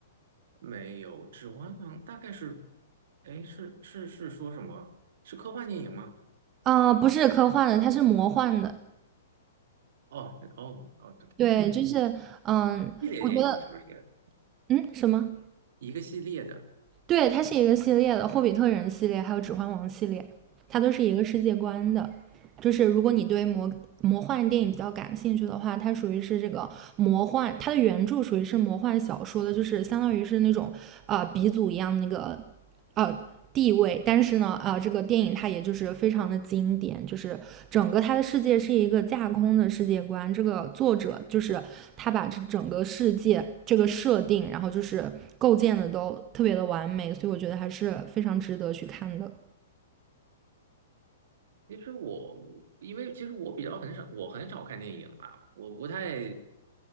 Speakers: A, on the right; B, on the right.
A: 没有，《指环王》大概是，哎，是是是说什么？是科幻电影吗？
B: 啊、不是科幻的，它是魔幻的。
A: 哦哦哦，对，科幻电影
B: 对，就是，嗯，
A: 系列电影是不是？
B: 我觉得，嗯，什么？
A: 一个系列的。
B: 对，它是一个系列的，《霍比特人》系列还有《指环王》系列，它都是一个世界观的。就是如果你对魔魔幻电影比较感兴趣的话，它属于是这个魔幻，它的原著属于是魔幻小说的，就是相当于是那种呃鼻祖一样那个呃地位，但是呢啊，呃，这个电影它也就是非常的经典，就是整个它的世界是一个架空的世界观。这个作者就是他把这整个世界这个设定，然后就是构建的都特别的完美，所以我觉得还是非常值得去看的
A: 其实我因为其实我比较很少，我很少看电影啊，我不太